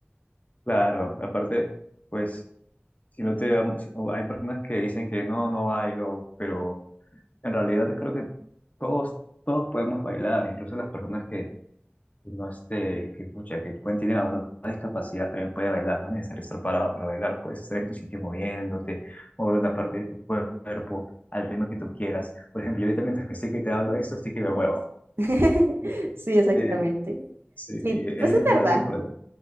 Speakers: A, on the left; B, on the right.
A: Claro, aparte, pues si no te... vamos- Hay personas que dicen que no, no bailo, pero En realidad creo que todos, todos podemos bailar, incluso las personas que no este, que escucha, que pueden, tienen alguna discapacidad también pueden bailar, no es necesario estar parado para bailar, puedes estar en tu sitio moviéndote, mover una parte de tu cuerpo al ritmo que tú quieras. Por ejemplo, yo ahorita mientras que estoy que te hablo de esto, sí que me muevo.
B: <laughs>
A: <laughs>
B: Sí, exactamente.
A: Eh, sí,
B: Sí,
A: y es,
B: pues es
A: es
B: verdad.
A: lo rico. ¿verdad?